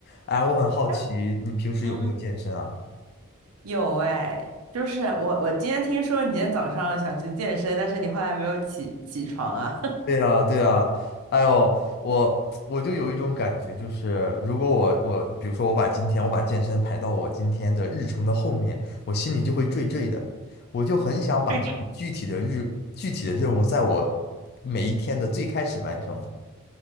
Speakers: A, on the left; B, on the right.
A: 哎，我很好奇，
B: <laughs>
A: 你平时有没有健身啊？
B: 嗯，有哎，就是我我今天听说你今天早上想去健身，但是你后来没有起起床啊？
A: 对呀，对呀，哎呦，我我就有一种感觉，就是如果我我，比如说我把今天我把健身排到我今天的日程的后面，我心里就会坠坠的，我就很想把这种具体的日具体的任务，
B: <laughs> 对，
A: 在我每一天的最开始完成。